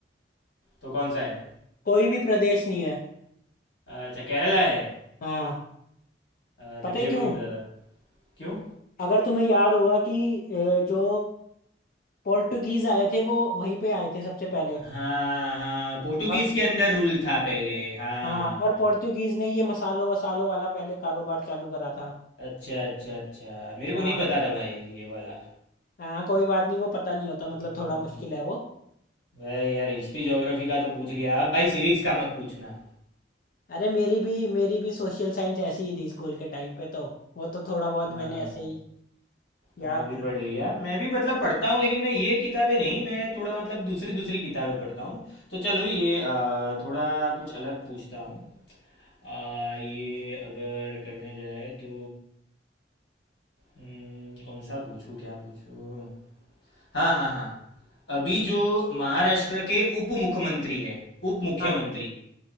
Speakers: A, on the left; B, on the left.
A: तो कौन सा है
B: कोई भी प्रदेश नहीं है
A: अच्छा केरला है
B: हाँ
A: अच्छा
B: पता
A: मेरे
B: है
A: को
B: क्यों
A: नहीं पता था क्यों
B: अगर तुम्हें याद होगा कि अ, जो पोर्टुगीज आए थे वो वहीं पे आए थे सबसे पहले
A: हाँ हाँ पोर्टुगीज
B: और
A: के अंदर रूल था पहले हाँ
B: हाँ और पोर्टुगीज ने ये मसालों वसालों वाला पहले कारोबार चालू करा था
A: अच्छा अच्छा अच्छा मेरे को
B: हाँ
A: नहीं पता था भाई ये वाला
B: हाँ कोई बात नहीं वो पता नहीं होता
A: हम्म,
B: मतलब थोड़ा मुश्किल है वो
A: भाई यार हिस्ट्री ज्योग्राफी का तो पूछ लिया अब भाई सिविक्स का मत पूछना
B: अरे मेरी भी मेरी भी सोशल साइंस ऐसी ही थी स्कूल के टाइम पे तो वो तो थोड़ा बहुत
A: हाँ
B: मैंने ऐसे
A: भाई
B: ही याद
A: हाँ अभी पढ़
B: था
A: लिया मैं भी मतलब पढ़ता हूँ लेकिन मैं ये किताबें नहीं मैं थोड़ा मतलब दूसरी दूसरी किताबें पढ़ता हूँ तो चलो ये अ, थोड़ा कुछ अलग पूछता हूँ अ, ये अगर करने जाए तो हम्म, कौन सा पूछूँ क्या पूछूँ हाँ हाँ हाँ अभी जो महाराष्ट्र के उप मुख्यमंत्री है उप मुख्यमंत्री
B: हाँ